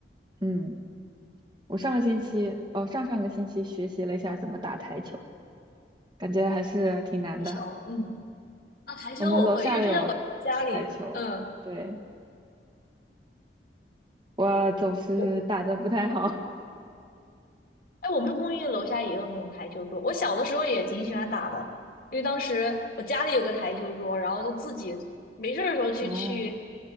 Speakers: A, on the right; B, on the left.
A: 嗯，我上个星期，哦，上上个星期学习了一下怎么打台球，感觉还是挺难的。
B: 台球，嗯，啊，台球我会，
A: 我们楼下有台球，
B: 因为之前我家里，嗯。
A: 对，我总是打的不太好。
B: 我。哎，我们公寓楼下也有那种台球桌，我小的时候也挺喜欢打的，因为当时我家里有个台球桌，然后就自己没事儿的时候去去
A: <laughs> 哦，